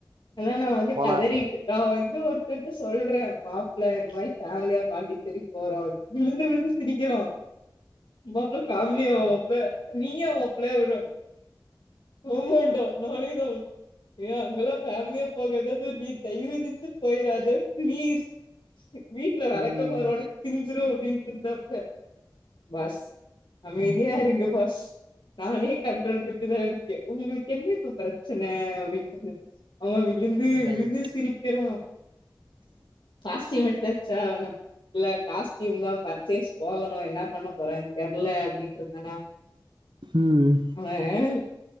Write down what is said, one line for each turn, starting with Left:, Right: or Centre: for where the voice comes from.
Left: அதா நா வந்து
Right: போனால்
Left: கதறிட்டுக்க வந் இத ஒருத்தர்ட்ட சொல்ற மாப்ள்ள என்ன மாரி ஃபேமலியா பாண்டிசேரி போறோ விழுந்து விழுந்து சிரிக்கிறோ மாப்ள கார் முலியோப்ல நீயா மாப்ள விட்றோ ஆமாண்டா நானே தா ஏ அங்கெல்லா ஃபேமிலியா போகாத து நீ தயவு செஞ்சு போய்ராத ப்ளீஸ் வீட்ல வெளக்கமாறோட
Right: ம்
Left: பிஞ்சிரு அப்டின் பிருந்தா எ பாஸ் அமைதியா இருங்க வாஸ் நானே கண்ட்ரோல் பண்ட்டுதா இரு க்கு உங்களுக்கு என்ன இப்ப ப்ரெச்சன அப்டின்டுனு அவ வி விழுந்து விழுந்து
Right: ரைட்
Left: சிரிக்கிறோ காஸ்ட்யூம் எடுத்தாச்சா என்ன இல்ல காஸ்ட்யூம்தா பர்ச்சேஸ் போகணு என்ன பண்ண போறேன் தெர்ல அப்டின்றிந்தனா
Right: ம்
Left: <unintelligible>